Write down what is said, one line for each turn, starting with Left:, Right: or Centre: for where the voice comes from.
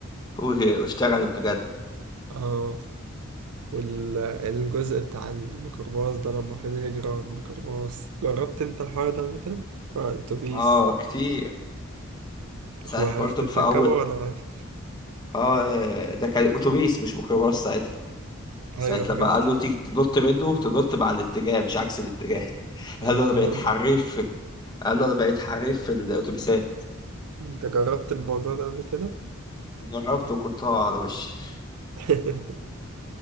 Left: و- واشتغلت بجد
Right: اه والجزء بتاع الميكروباص ده لما فضل يجري على الميكروباص جربت انت الحوار ده قبل كده؟ آه، الأتوبيس
Left: اه كتير ساعة
Right: وعرفت
Left: برضك
Right: تركبه
Left: في اول
Right: ولا عرفت؟
Left: اه ده كان اتوبيس مش ميكروباص ساعتها
Right: أيوه
Left: ساعة لما
Right: عرفت
Left: قال له تيجي تنط منه تنط مع الاتجاه مش عكس الاتجاه <laughs> قال
Right: آه،
Left: له
Right: طب
Left: انا بقيت
Right: وانت
Left: حريف قال له انا بقيت حريف في الاتوبيسات
Right: انت جربت الموضوع ده قبل كده؟
Left: جربت وكنت هقع على وشي
Right: <laughs>